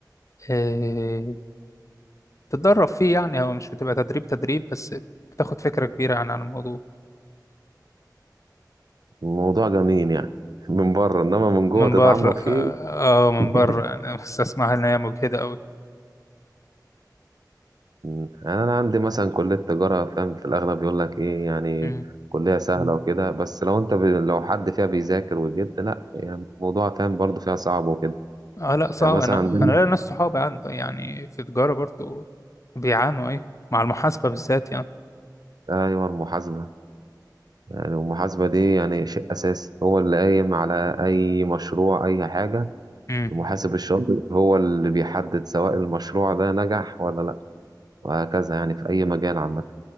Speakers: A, on the left (about 45°); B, on the right (about 65°).
A: آه، تتدرب فيه يعني هو مش بتبقى تدريب تدريب بس بتاخد فكرة كبيرة يعني عن الموضوع
B: الموضوع جميل يعني من بره انما من جوه
A: من
B: تتعمق
A: بره
B: فيه
A: اه آه، من
B: <laughs>
A: بره انا بس اسمعها ان هي مجهدة قوي
B: مم. يعني انا عندي مثلا كليه تجاره فاهم في الاغلب يقول لك ايه يعني
A: مم.
B: كليه سهله وكده بس لو انت ب... لو حد فيها بيذاكر وجد لا يعني الموضوع فاهم برضه فيها صعب وكده
A: اه لا صعب
B: يعني مثلا
A: انا
B: عندنا
A: انا ليا ناس صحابي عنده يعني في تجارة برضو بيعانوا ايه مع المحاسبة بالذات يعني
B: ايوه المحاسبه يعني المحاسبه دي يعني شيء اساسي هو اللي قايم على اي مشروع اي حاجه
A: امم
B: المحاسب الشاطر مم. هو اللي بيحدد سواء المشروع ده نجح ولا لا وهكذا يعني في اي مجال عامه